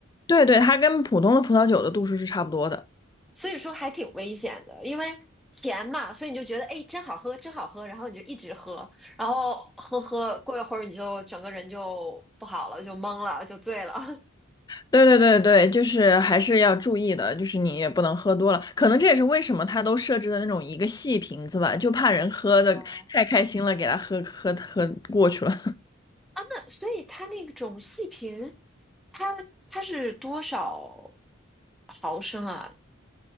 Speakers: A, on the left; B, in the centre.
A: 对对，它跟普通的葡萄酒的度数是差不多的。
B: 所以说还挺危险的，因为甜嘛，所以你就觉得哎，真好喝，真好喝，然后你就一直喝，然后喝喝，过一会儿你就整个人就不好了，就懵了，就醉了 <laughs>
A: 对对对对，就是还是要注意的，就是你也不能喝多了。可能这也是为什么他都设置的那种一个细瓶子吧，就怕人喝的太开心了，
B: 哦
A: 给他喝喝喝过去了。
B: 啊。哦那所以它那种细瓶，它它是多少毫升啊？